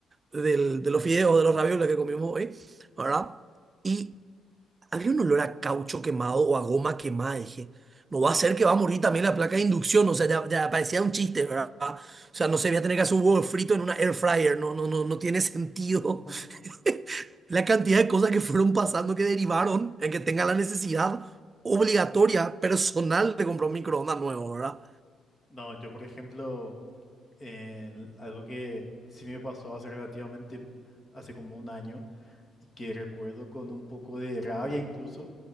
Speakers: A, on the right (about 30°); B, on the left (about 30°).
A: del, de los fideos, de los ravioles que comimos hoy, ¿verdad? Y había un olor a caucho quemado o a goma quemada. Dije, no va a ser que va a morir también la placa de inducción. O sea, ya, ya parecía un chiste, ¿verdad? O sea, no se voy a tener que hacer un huevo frito en una air fryer. No, no, no, no tiene sentido.
B: <laughs> no.
A: <laughs> La cantidad de cosas que fueron pasando que derivaron en que tenga la necesidad obligatoria, personal, de comprar un microondas nuevo, ¿verdad?
B: No, yo por ejemplo, en- algo que sí me pasó hace relativamente, hace como un año, y que recuerdo con un poco de rabia incluso,